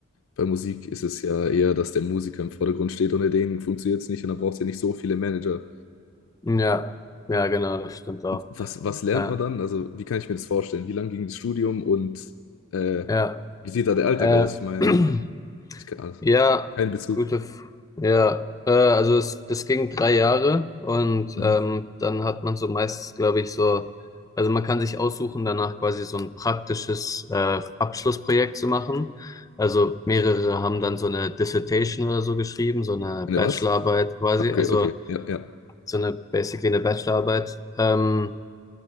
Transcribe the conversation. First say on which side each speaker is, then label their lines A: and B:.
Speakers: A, on the left; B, on the left.
A: Bei Musik ist es ja eher, dass der Musiker im Vordergrund steht. Ohne den funktioniert es nicht und dann braucht es ja nicht so viele Manager.
B: Ja. Ja, genau, das stimmt auch.
A: Und was, was lernt
B: Ja.
A: man dann? Also, wie kann ich mir das vorstellen? Wie lang ging das Studium und äh,
B: Ja.
A: wie sieht da der Alltag
B: Äh.
A: aus? Ich meine,
B: <clears throat>
A: ich kann, also,
B: Ja,
A: kein Bezug.
B: gute, F ja, äh, also es, das ging drei Jahre und
A: Mhm.
B: ähm, dann hat man so meistens, glaube ich, so, also man kann sich aussuchen, danach quasi so ein praktisches äh, Abschlussprojekt zu machen. Also mehrere haben dann so eine Dissertation oder so geschrieben, so eine
A: Eine
B: Bachelorarbeit
A: was?
B: quasi,
A: Ah, Okay,
B: also
A: okay, ja, ja.
B: so eine basically eine Bachelorarbeit. Ähm,